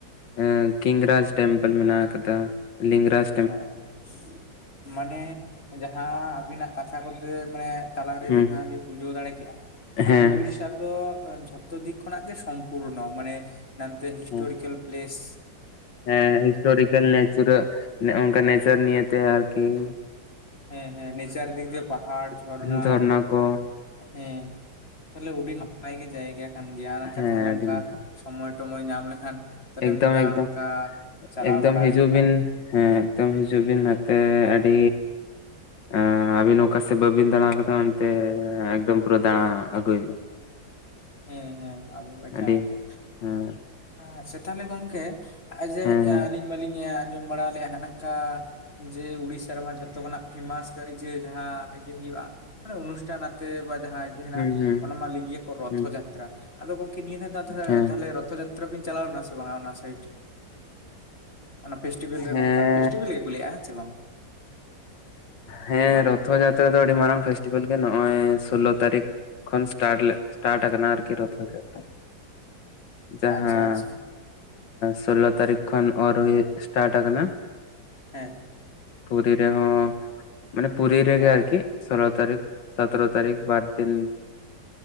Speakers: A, on the left; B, on the left.
A: ᱮ ᱠᱤᱝᱨᱟᱡᱽ ᱴᱮᱢᱯᱮᱞ ᱢᱮᱱᱟᱜ ᱠᱟᱫᱟ ᱾ ᱞᱤᱝᱜᱽ ᱨᱟᱡᱽᱼᱼ
B: ᱚ <inaudible> ᱢᱟᱱᱮ ᱡᱟᱦᱟᱸ ᱟᱵᱤᱱᱟᱜ ᱠᱟᱛᱷᱟ ᱠᱚᱛᱮ ᱢᱟᱱᱮ ᱛᱟᱞᱟᱨᱮ
A: ᱦᱮᱸ
B: ᱡᱟᱦᱟᱸ ᱞᱤᱧ ᱵᱩᱡᱷᱟᱹᱣ ᱫᱟᱲᱮ ᱠᱮᱫᱼᱟ ᱾ ᱢᱟᱱᱮ
A: ᱦᱮᱸ
B: ᱩᱲᱤᱥᱥᱟ ᱫᱚᱼᱼ ᱡᱷᱚᱛᱚ ᱫᱤᱠ ᱠᱷᱚᱱᱟᱜ ᱜᱮ ᱥᱚᱢᱯᱩᱨᱱᱚ ᱢᱟᱱᱮ, ᱱᱚᱛᱮ ᱦᱤᱥᱴᱚᱨᱤᱠᱮᱞ
A: ᱦᱮᱸ
B: ᱯᱞᱮᱥᱼᱼ
A: ᱦᱮᱸ ᱦᱤᱥᱴᱚᱨᱤᱠᱮᱞ ᱱᱮᱪᱟᱨ, ᱚᱱᱠᱟ ᱱᱮᱪᱟᱨ ᱱᱤᱭᱮᱛᱮ ᱟᱨᱠᱤ ᱾
B: ᱦᱮᱸ ᱦᱮᱸ ᱱᱮᱪᱟᱨ ᱫᱤᱠ ᱫᱤᱭᱮ ᱯᱟᱦᱟᱲ ᱡᱚᱨᱱᱟ
A: ᱡᱷᱚᱨᱱᱟ ᱠᱚ
B: ᱾ ᱦᱮᱸ, ᱛᱟᱦᱚᱞᱮ ᱟᱹᱰᱤ ᱱᱟᱯᱟᱭ ᱜᱮ ᱡᱟᱭᱜᱟ ᱠᱟᱱ ᱜᱮᱭᱟ ᱟᱨ ᱚᱱᱠᱟ
A: ᱦᱮᱸ
B: ᱛᱟᱦᱞᱮ
A: ᱟᱹᱰᱤ
B: ᱚᱱᱠᱟ,
A: ᱱᱟᱯᱟᱭ
B: ᱥᱚᱢᱚᱭᱼᱼ ᱴᱚᱢᱚᱭ ᱧᱟᱢ ᱞᱮᱠᱷᱟᱱ, ᱛᱟᱦᱞᱮ
A: ᱮᱠᱫᱚᱢ
B: ᱢᱤᱫ ᱫᱷᱟᱣ
A: ᱮᱠᱫᱚᱢ
B: ᱱᱚᱝᱠᱟ ᱪᱟᱞᱟᱣ
A: ᱮᱠᱫᱚᱢ
B: ᱵᱟᱲᱟᱭ
A: ᱦᱤᱡᱩᱜ
B: ᱦᱩᱭᱩᱜᱼᱟ
A: ᱵᱤᱱ
B: ᱾
A: ᱦᱮᱸ ᱮᱠᱫᱚᱢ ᱦᱤᱡᱩᱜ ᱵᱤᱱ ᱱᱟᱛᱮ ᱟᱹᱰᱤᱼᱼ ᱟᱸ ᱟᱹᱵᱤᱱ ᱚᱠᱟ ᱥᱮᱫ ᱵᱟᱹᱵᱤᱱ ᱫᱟᱬᱟ ᱟᱠᱟᱫᱟ ᱚᱱᱛᱮ ᱮᱠᱫᱚᱢ ᱯᱩᱨᱟᱹ ᱫᱟᱬᱟ ᱟᱹᱜᱩᱭᱵᱤᱱ ᱾
B: ᱦᱮᱸ ᱦᱮᱸ ᱟᱵᱚ ᱮᱠᱟᱞ
A: ᱟᱹᱰᱤ
B: ᱜᱮ
A: ᱦᱮᱸ
B: ᱟᱪᱪᱷᱟ ᱛᱟᱦᱚᱞᱮ ᱜᱚᱢᱠᱮ ᱟᱡᱮ
A: ᱦᱮᱸ ᱦᱮᱸ
B: ᱟᱹᱞᱤᱧ ᱢᱟᱞᱤᱧ ᱟᱸᱡᱚᱢ ᱵᱟᱲᱟ ᱞᱮᱫ-ᱟ, ᱦᱟᱱᱟᱝᱠᱟ ᱡᱮ ᱩᱲᱤᱥᱥᱟ ᱨᱮᱢᱟ ᱡᱷᱚᱛᱚ ᱡᱚᱛᱚ ᱠᱷᱟᱱᱟᱜ ᱯᱷᱮᱢᱟᱥ ᱡᱟᱦᱟᱸ ᱤᱭᱟᱹ ᱦᱩᱭᱩᱜ-ᱟ, ᱢᱟᱱᱮ ᱚᱱᱩᱥᱴᱷᱟᱱ ᱟᱯᱮ ᱵᱟ ᱡᱟᱦᱟᱸᱭ
A: ᱦᱩᱸ ᱦᱩᱸ
B: ᱚᱱᱟ ᱢᱟ ᱞᱟᱹᱭ ᱜᱮ ᱠᱚ ᱨᱚᱛᱷᱟ
A: ᱦᱩᱸ
B: ᱡᱟᱛᱨᱟ ᱟᱫᱚ ᱜᱚᱝᱠᱮ ᱱᱤᱭᱟᱹ ᱫᱷᱟᱣ ᱫᱚ ᱟᱫᱟ
A: ᱦᱮᱸ
B: ᱛᱟᱦᱚᱞᱮ ᱨᱚᱛᱷᱚ ᱡᱟᱛᱨᱟ ᱪᱟᱞᱟᱣ ᱞᱮᱱᱟ ᱥᱮ ᱵᱟᱝ? ᱚᱱᱟ ᱥᱟᱭᱤᱴ ᱯᱷᱮᱥᱵᱷᱮᱞ ᱨᱮ
A: ᱦᱮᱸ
B: ᱱᱚᱝᱠᱟ ᱯᱷᱮᱥᱴᱤᱵᱮᱞ ᱜᱮᱠᱚ ᱞᱟ. ᱭ ᱮᱫ-ᱟ ᱪᱮ ᱵᱟᱝ
A: ᱦᱮᱸ ᱨᱚᱛᱷᱚ ᱡᱟᱛᱨᱟ ᱫᱚ ᱟᱹᱰᱤ ᱢᱟᱨᱟᱝ ᱯᱷᱮᱥᱴᱤᱵᱷᱮᱞ ᱜᱮ ᱱᱚᱜ-ᱚᱭ ᱥᱳᱞᱳ ᱛᱟᱹᱨᱤᱠᱷ ᱠᱷᱚᱱ ᱥᱴᱟᱨᱴ ᱞᱮ ᱥᱴᱟᱨᱴ ᱠᱟᱱᱟ ᱟᱨᱠᱤ ᱨᱚᱛᱷᱟ ᱡᱟᱛᱨᱟ᱾ ᱡᱟᱦᱟᱸ
B: ᱟᱪᱪᱷᱟ ᱟᱪᱪᱷᱟ
A: ᱥᱳᱞᱳ ᱛᱟᱹᱨᱤᱠᱷ ᱠᱷᱚᱱ ᱚᱨ ᱦᱩᱭ ᱥᱴᱟᱨᱴ ᱠᱟᱱᱟ
B: ᱦᱮᱸ
A: ᱯᱩᱨᱤ ᱨᱮ ᱢᱟᱱᱮ ᱯᱩᱨᱤ ᱨᱮᱜᱮ ᱟᱨᱠᱤ ᱥᱳᱞᱳ ᱛᱟᱨᱤᱠᱷ ᱥᱚᱛᱮᱨᱚ ᱛᱟᱨᱤᱠᱷ ᱵᱟᱨ ᱫᱤᱱ